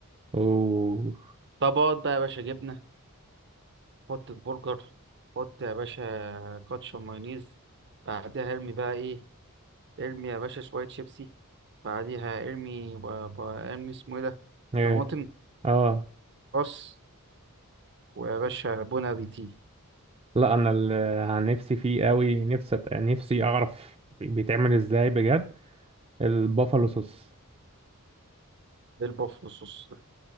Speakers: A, on the right; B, on the right.
A: اوه
B: طبقات بقى يا باشا جبنه حط البرجر حط يا باشا كاتشب مايونيز بعدها ارمي بقى ايه ارمي يا باشا شوية شيبسي بعديها ارمي ب... ب... ارمي اسمه ايه ده
A: ايه
B: طماطم
A: اه
B: بص ويا باشا بون ابيتي
A: لا انا اللي عن نفسي فيه قوي نفسي أت- نفسي اعرف بيتعمل ازاي بجد البافالو صوص
B: بالبوفلو صوص ده.